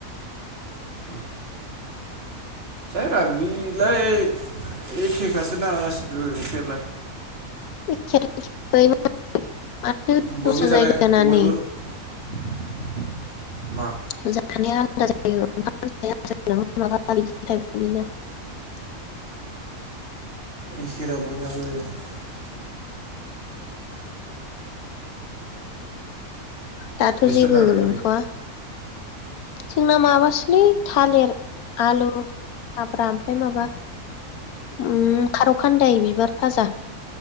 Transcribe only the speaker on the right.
<inaudible> जायोरा बिलाय एखेखासो ना गासिबो ओंख्रियालाय।
बयबो
जानाय
बयबो
<inaudible>
<inaudible>
नोंसिना
लाब्रा ओंख्रिया